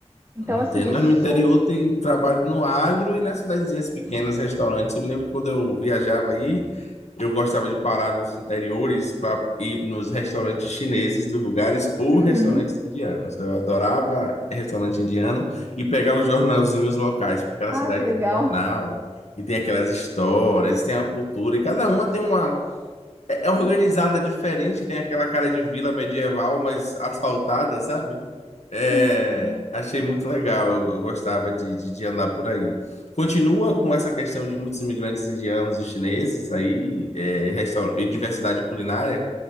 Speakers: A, on the right; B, on the left.
A: Então,
B: Entendo,
A: assim, isso.
B: mas no interior tem trabalho no agro e nas cidadezinhas pequenas, restaurantes. Eu me lembro que quando eu viajava aí, eu gostava de parar nos interiores para ir nos restaurantes chineses dos lugares ou
A: Uhum.
B: restaurantes indianos. Eu adorava restaurante indiano e pegar os jornalzinhos locais, porque cada
A: Ah,
B: cidade
A: que legal.
B: tem um jornal e tem aquelas histórias, e tem a cultura, e cada uma tem uma é é organizada diferente, tem aquela cara de vila medieval, mas asfaltada, sabe? É,
A: Sim.
B: achei muito legal, eu, eu gostava de, de, de andar por aí. Continua com essa questão de muitos imigrantes indianos e chineses aí, é, restaur- e diversidade culinária,